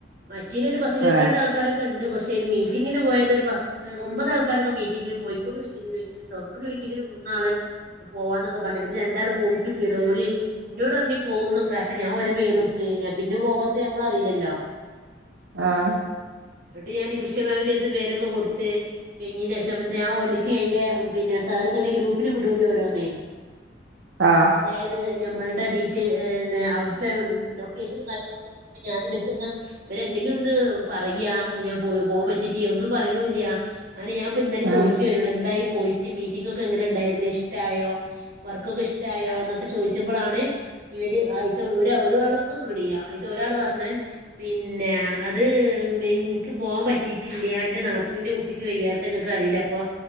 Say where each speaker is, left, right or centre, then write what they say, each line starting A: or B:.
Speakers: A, on the right (about 50°); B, on the right (about 85°).
A: മറ്റേലൊര് പത്തിരുപത്തിരണ്ടാൾക്കാരൊക്കെണ്
B: ആഹ്
A: പക്ഷെ, <unintelligible> മീറ്റിങ്ങിന് പോയത് ഒരു പത്ത് ഒമ്പത് ആൾക്കാരൊക്കെ മീറ്റിങ്ങിന് പോയി. കോഴിക്കോട് മീറ്റിഗിന് പോയിക്ക്ണ്. ഷൊർണ്ണൂർ മീറ്റിന് മൂന്നാള് പോവാന്നൊക്കെ പറഞ്ഞ, <unintelligible> രണ്ടാള് പോയിട്ടുല്ലേലോ ഓര് ന്നോടർഞ്ഞി പോവുന്നൊക്കെ ഞാഓരെ പേരൊടുത്ത്, ഞാ പിന്നെ പോവാത്തെ ഞമ്മളറീലല്ലോ?
B: ആഹ്!
A: ട്ട് ഞാന് നിമിഷമാമിന്റട്ത്ത് പേരൊക്കെ കൊട്ത്ത്, കയ്ഞ്ഞേൻ്റേശം പിന്നെഞാ ഒലുക്ക് അയ്ന്റെ പിന്നെ സാറിങ്ങനെ ഗ്രൂപ്പില് വിടൊല്ലോരോന്ന്,
B: ആഹ്
A: അതായത് ഞമ്മൾടെ ഡീറ്റെയ് ഏ ന്നെ അവ്ട്ത്തെ ലൊക്കേഷനും കാര്യങ്ങളൊക്കെ ഞാൻ ഇവർക്ക്ന്ന ഇവരെന്തെങ്കിലൊന്ന് പറയാ ഞാ ഫോൺ വെച്ചിട്ട് ഒന്നും പറയണൂല്ല്യാ അങ്ങനെ ഞാൻപ്പോന്നലെ
B: ആഹ്
A: ചോയിക്കാ വരോട്, എന്തായ് പോയിട്ട് മീറ്റിങ്ങൊക്കെങ്ങനെണ്ടായിര്ന്ന്, ഇഷ്ടായോ വർക്കൊക്കെ ഇഷ്ടായോന്നൊക്കെ ചോയിച്ചപ്പളാണ് ഇവര് ആയിത്തെ എന്നഒരു ഒരാളൊന്നും മിണ്ടുന്നില്ല്യാ ഒരാള് പർഞ്ഞ്, പിന്നെ അത് മിൻ ഇൻക്ക് പോവാൻപറ്റിട്ടില്ല്യാ ന്റെനാത്തൂന്റെ കുട്ടി കുട്ടിക്ക് വയ്യാത്തങ്ങക്ക് അറീലെ അപ്പൊ